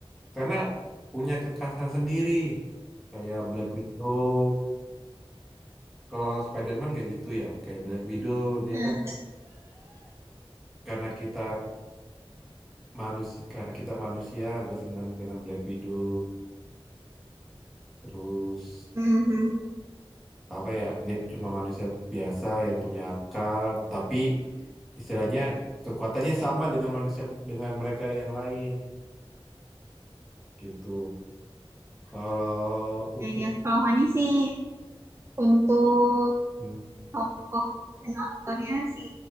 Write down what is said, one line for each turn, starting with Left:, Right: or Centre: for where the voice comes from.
Centre: karena punya kekhasan sendiri kayak Black Widow Kalau Spider-Man kayak gitu ya, kayak Black Widow dia
Right: Nah,
Centre: kan karena kita manusia karena kita manusia gue senang dengan Black Widow terus
Right: mhm.
Centre: apa ya dia cuma manusia biasa yang punya akal tapi istilahnya kekuatannya sama dengan manusia dengan mereka yang lain gitu kalau untuk
Right: Ya, ya. Kalau Fani sih untuk
Centre: hmm,
Right: tokoh dan aktornya si